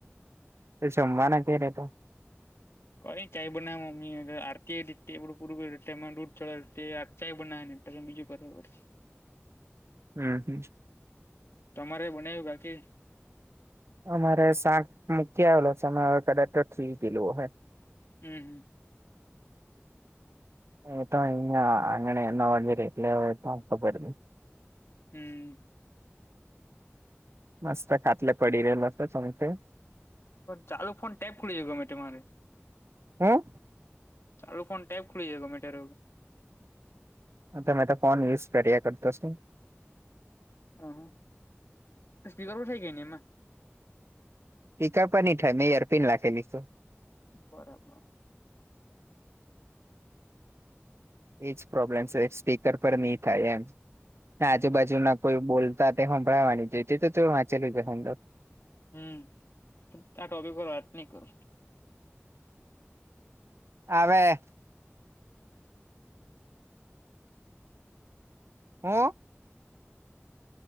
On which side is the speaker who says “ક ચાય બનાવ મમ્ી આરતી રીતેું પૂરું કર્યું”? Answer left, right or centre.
Left